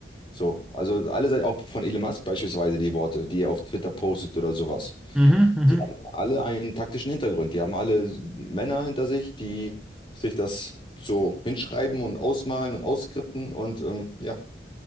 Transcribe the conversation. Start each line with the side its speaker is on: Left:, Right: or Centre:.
Left: So, also alle Seiten, auch von Elon Musk beispielsweise die Worte, die er auf Twitter postet oder sowas,
Centre: Mhm. Mhm.
Left: die haben
Centre: Mhm.
Left: alle einen taktischen Hintergrund. Die haben alle Männer hinter sich, die sich das so hinschreiben und ausmalen und ausskripten und ähm, ja,